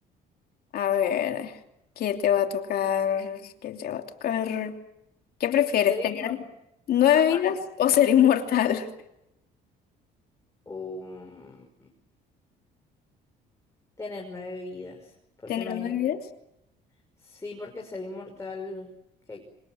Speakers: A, on the left (about 65°); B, on the left (about 15°).
A: A ver, ¿qué te va a tocar? ¿Qué te va a tocar? ¿Qué prefieres,
B: Ser
A: tener
B: inmortal.
A: nueve
B: Ajá.
A: vidas o ser inmortal?
B: Um, tener nueve vidas.
A: <laughs>
B: Porque
A: ¿Tener
B: imagínate.
A: nueve vidas?
B: Sí, porque ser inmortal. que